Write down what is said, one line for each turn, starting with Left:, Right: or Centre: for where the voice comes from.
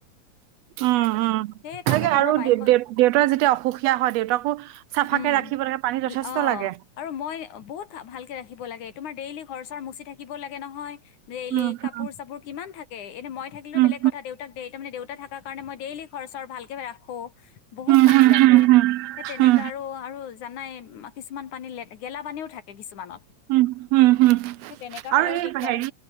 Right: উম উম
Left: সেই তাকেতো
Right: তাকে আৰু
Left: মই বাইক
Right: দে দেউতাৰ যেতিয়া অসুখীয়া হয় দেউতাকো চাফাকে
Left: উম,
Right: ৰাখিব লাগে পানী যথেষ্ট
Left: অ',
Right: লাগে
Left: আৰু মই বহুত ভালকে ৰাখিব লাগে তোমাৰ ডেইলি ঘৰ মুচি থাকিব লাগে নহয় দেলি
Right: উম
Left: কাপোৰ
Right: উম
Left: চাপোৰ কিমান থাকে এনে মই থাকিলোও
Right: উম
Left: বেলেগ
Right: উম
Left: কথা দেউতাক দে তাৰমানে দেউতা থাকে কাৰণে মই ডেইলি খৰচৰ ভালকে ৰাখো বহুত
Right: উম
Left: পানী লাগে
Right: উম উম
Left: সেই তেনেককাে
Right: উম উম
Left: আৰু আৰু জানাই কিছুমান পানী লে গেলা পানীও থাকে কিছুমানত
Right: উম হম হম
Left: সেই তেনেকা
Right: আৰু
Left: হ'লেও
Right: এই
Left: দিগদাৰ
Right: হেৰি